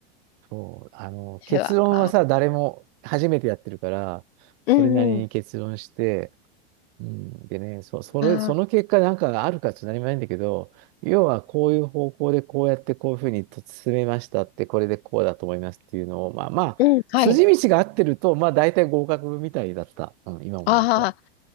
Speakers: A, on the right; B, on the left.
A: そう、あの、結論はさ、
B: では、あ
A: 誰も初めてやってるから、それなりに結論して、
B: うんうん。
A: うん、でね、そ、それ、その結果なんかがあるかちょっと何もないんだけど、
B: ああ
A: 要はこういう方向でこうやってこういうふうに進めましたって、これでこうだと思いますっていうのを、まあまあ、
B: うん。はい。
A: 筋道が合ってると、まあ大体合格みたいだった。うん、今思うと。
B: ああ、